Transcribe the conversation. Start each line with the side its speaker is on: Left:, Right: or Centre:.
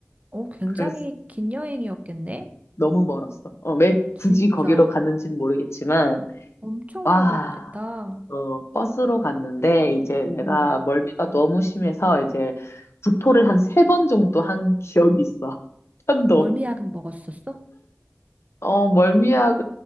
Right: 어, 굉장히
Left: 그래서
Right: 긴 여행이었겠네?
Left: 너무 멀었어. 어, 왜 굳이
Right: 진짜
Left: 거기로 갔는지는 모르겠지만,
Right: 엄청
Left: 와.
Right: 오래 걸렸겠다.
Left: 어, 버스로 갔는데 이제 내가
Right: 어,
Left: 멀미가 너무 심해서 이제 구토를 한 세 번 정도 한 기억이 있어. <laughs> 편도.
Right: 멀미약은 먹었었어?
Left: 어, 멀미약을,